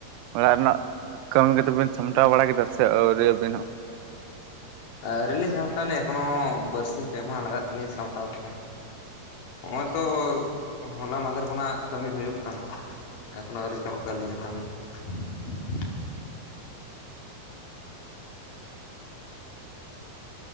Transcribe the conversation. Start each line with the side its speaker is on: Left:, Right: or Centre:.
Right: ᱚᱲᱟᱜ ᱨᱮᱱᱟᱜ ᱠᱟᱹᱢᱤ ᱠᱚᱫᱚᱵᱤᱱ ᱥᱟᱢᱴᱟᱣ ᱵᱟᱲᱟ ᱠᱮᱫᱟ ᱥᱮ ᱟᱹᱣᱨᱤ ᱟᱹᱵᱤᱱ ᱦᱚᱸ?
Left: ᱟᱹᱣᱨᱤ ᱞᱤᱧ ᱥᱟᱢᱴᱟᱣᱞᱤᱧ ᱮᱠᱷᱚᱱᱳ ᱵᱟᱨᱥᱤᱧ ᱯᱮ ᱢᱟᱦᱟᱸ ᱞᱟᱜᱟᱜ ᱛᱟᱹᱞᱤᱧ ᱥᱟᱢᱴᱟᱣ ᱛᱮ᱾ ᱦᱚᱜᱼᱚᱭ ᱛᱚ ᱦᱚᱞᱟ ᱢᱟᱫᱷᱮᱨ ᱠᱷᱚᱱᱟᱜ ᱠᱟᱹᱢᱤ ᱦᱩᱭᱩᱜ ᱠᱟᱱᱟ ᱾ ᱮᱠᱷᱚᱱᱚ ᱟᱹᱣᱨᱤ ᱪᱟᱵᱟᱜ ᱛᱟᱹᱞᱤᱧᱟ ᱠᱟᱹᱢᱤ ᱾ <inaudible>